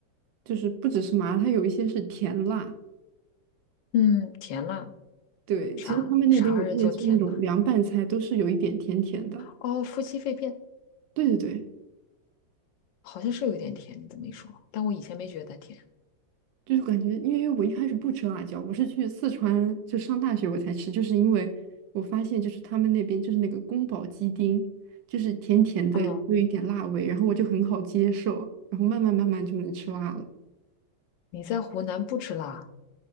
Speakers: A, on the right (about 80°); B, on the left (about 80°).
A: 就是不只是麻，它有一些是甜辣。
B: 嗯，甜辣，
A: 对，
B: 啥啥玩意儿叫甜辣？
A: 其实他们那边我之前吃那种凉拌菜，都是有一点甜甜的。
B: 哦，夫妻肺片
A: 对对对，
B: 好像是有点甜，你这么一说，但我以前没觉得它甜。
A: 就是感觉，因为我一开始不吃辣椒，我是去四川就上大学我才吃，就是因为我发现就是他们那边就是那个宫保鸡丁，就是甜甜的，
B: 哦，
A: 又有一点辣味，然后我就很好接受，然后慢慢慢慢就能吃辣了。
B: 你在湖南不吃辣